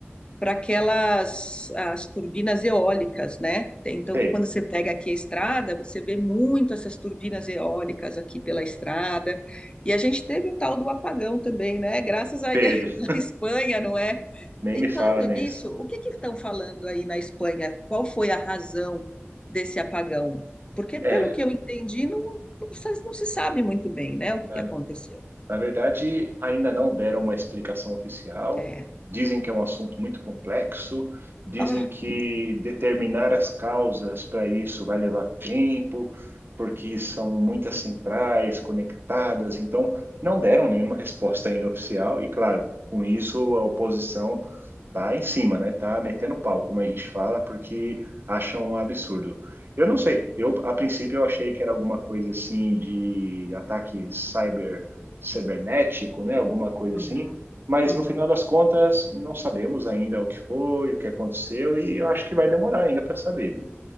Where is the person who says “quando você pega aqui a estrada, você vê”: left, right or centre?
Left